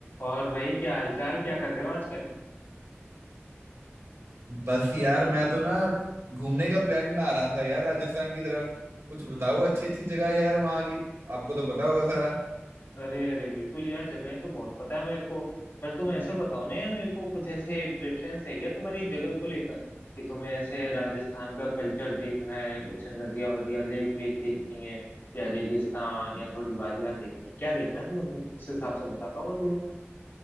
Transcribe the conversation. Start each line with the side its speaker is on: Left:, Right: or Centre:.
Left: और भाई क्या हालचाल क्या कर रहे हो आजकल
Right: बस यार मैं तो ना घूमने का प्लान बना रहा था यार राजस्थान की तरफ कुछ बताओ अच्छी अच्छी जगह यार वहाँ की आपको तो पता होगा सारा
Left: अरे अरे बिल्कुल यार जगहें तो बहुत पता है मेरे को पर तुम ऐसे बताओ ना यार मेरे को कुछ ऐसे प्रेफरेंस है क्या तुम्हारी जगह को लेकर कि तुम्हें ऐसे राजस्थान का कल्चर देखना है कुछ नदियां वदियां लेक वेक देखनी है या रेगिस्तान या थोड़ी वादियां देखनी है क्या देखना है तुम्हें तुम उस हिसाब से बताता हूँ मैं तुम्हें